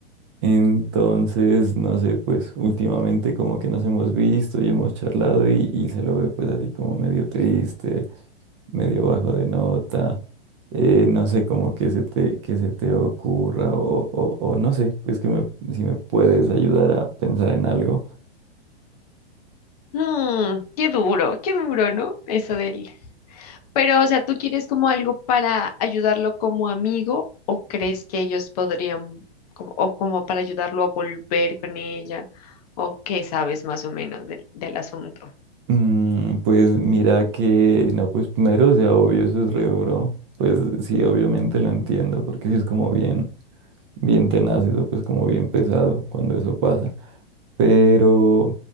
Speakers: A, on the right; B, on the left.
A: Entonces, no sé, pues últimamente como que nos hemos visto y hemos charlado y, y se lo ve pues así como medio triste, medio bajo de nota. Eh, no sé como que se te, que se te ocurra o, o- o no sé, pues que me, si me puedes ayudar a pensar en algo.
B: Mm, qué duro, qué duro, ¿no? Eso del... Pero, o sea, ¿tú quieres como algo para ayudarlo como amigo o crees que ellos podrían, como, o como para ayudarlo a volver con ella? ¿O qué sabes más o menos del, del asunto?
A: Mm, pues mira que, no, pues primero, o sea, obvio, eso es re duro. Pues sí, obviamente lo entiendo, porque sí es como bien, bien tenaz, eso pues como bien pesado cuando eso pasa. Pero